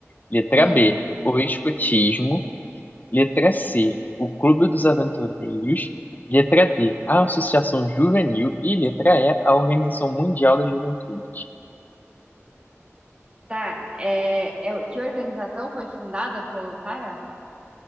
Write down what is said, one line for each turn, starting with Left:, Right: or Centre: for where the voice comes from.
Left: Letra
Right: hum,
Left: B, o Escotismo. Letra C, o Clube dos Aventureiros. Letra D, a Associação Juvenil. E letra E, a Organização Mundial da Juventude.
Right: tá. É, é, que organização foi fundada pelo cara?